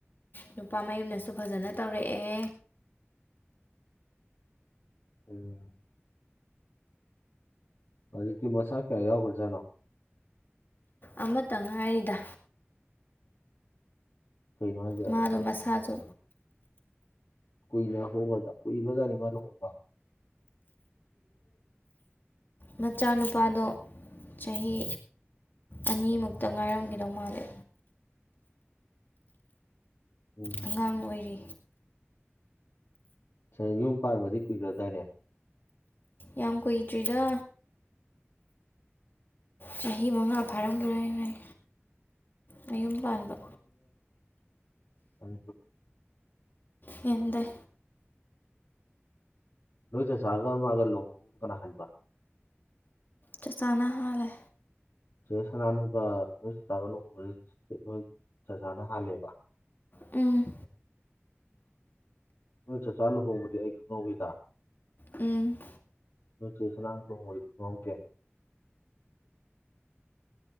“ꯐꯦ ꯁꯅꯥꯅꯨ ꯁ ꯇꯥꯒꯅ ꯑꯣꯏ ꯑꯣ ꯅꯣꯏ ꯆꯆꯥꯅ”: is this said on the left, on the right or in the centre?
Left